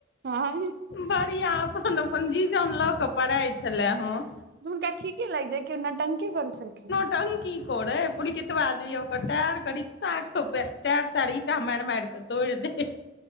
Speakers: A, on the right (about 60°); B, on the left (about 70°).
A: हँ
B: बढ़िया अपन अपन जी जान लऽ के पड़इ छले हँ
A: तऽ हुनका ठीके लाइग जाइ के ओ नॉटंकी करैत छलखिन
B: टंगकी करेय पुल्कित्वा जे आ जाइया ओकर करिक साखपे <unintelligible> माइर माइर कऽ तोयार दे